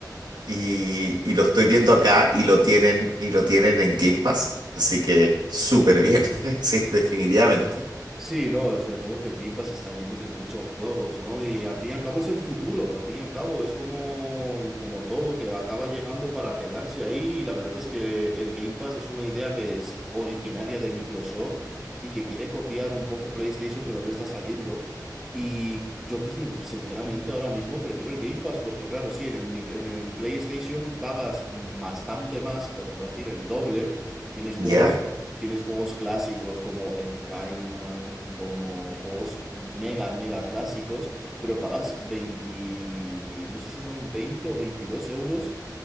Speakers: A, on the right; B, in the centre.
A: y, y lo estoy viendo acá y lo tienen, y lo tienen en Game Pass. Así que súper bien, <laughs> sí, definitivamente.
B: Sí, no, sobre todo que el Game Pass está lleno de muchos juegos, ¿no? Y al fin y al cabo es el futuro, al fin y al cabo es como, como todo que acaba llegando para quedarse ahí y la verdad es que el Game Pass es una idea que es originaria de Microsoft y que quiere copiar un poco PlayStation pero no le está saliendo. Y yo pues, sin- sinceramente ahora mismo prefiero el Game Pass porque claro, sí, en el, mic- en el PlayStation pagas bastante más, que por no decir el doble. Tienes juegos
A: ¿Ya?
B: Tienes juegos clásicos como el Rayman, como juegos mega, mega clásicos, pero pagas 20, no sé si son 20 o 22 euros